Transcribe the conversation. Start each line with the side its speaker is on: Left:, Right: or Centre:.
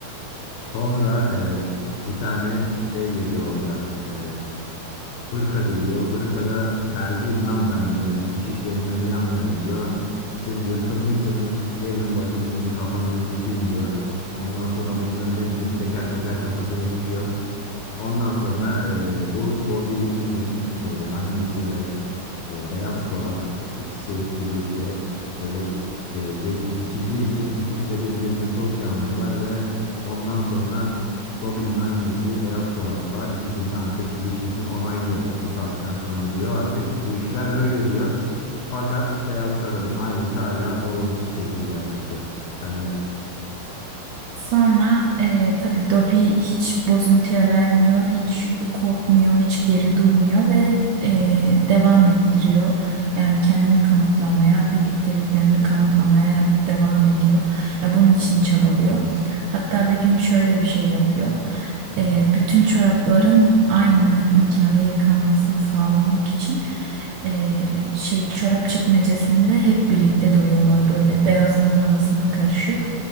Left: Sonra e, bir tane şey geliyor orada. E, hırka geliyor. Hırkada terziyim lan ben diyor. Dikiş işlerinden iyi anlarım diyor. Siz yırtılmışsınız. Gelin bakayım sizin bir kafanızı dikeyim diyor. Ondan sonra bunların hepsini teker teker kafasına dikiyor. Ondan sonra e, bu Dobby'nin e, annesi ve e, beyaz çorap e, ikisi birlikte böyle e, di- dikildiği için ikisi de birbirini çok iyi anlıyorlar ve ondan sonra Dobby'nin annesi beyaz çorapla ikisinin artık ilişkisini onaylıyor. Bu saatten sonra diyor artık bu işler böyle diyor. Fakat beyaz çorabın ailesi hala olumsuz şekilde yaklaşıyor. Sende.
Right: Sonra e, tabii Dobby hiç bozuntuya vermiyor, hiç korkmuyor, hiç geri durmuyor ve e, devam ettiriyor. Yani kendini kanıtlamaya, birlikteliklerini kanıtlamaya devam ediyor. Ya bunun için çabalıyor. Hatta bir gün şöyle bir şey yapıyor. E, bütün çorapların aynı makinede yıkanmasını sağlamak için e, şey çorap çekmecesinde hep birlikte duruyorlar böyle beyazların arasına karışıyor.